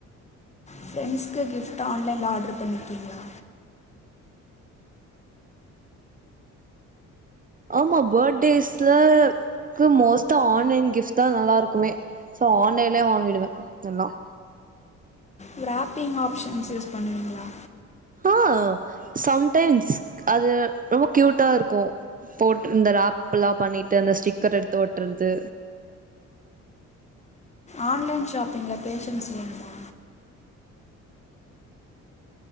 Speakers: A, on the left; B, on the right.
A: ஃப்ரண்ட்ஸ்கு கிஃப்ட்டு ஆன்லைன்ல ஆடர் பண்ணிருக்கீங்கிளா
B: ஆமா பர்டேஸ்ல க்கு மோஸ்ட்டா ஆன்லைன் கிஃப்ட்ஸ் தா நல்லா இருக்குமே சோ ஆன்லைன்லே வாங்கிடுவன் எல்லாம்
A: ஒ ரேப்பிங் ஆப்ஷன்ஸ் யூஸ் பண்ணுவீங்கிளா
B: ஆ சம்டைம்ஸ் அது ரொம்ப கியூட்டா இருக்கும் போட்ரு இந்த ரேப்பெல்லா பண்ணிட்டு அந்த ஸ்டிக்கர் எடுத்து ஒட்டறது
A: ஆன்லைன் ஷாப்பிங்ல பேஷன்ஸ் வேணுமா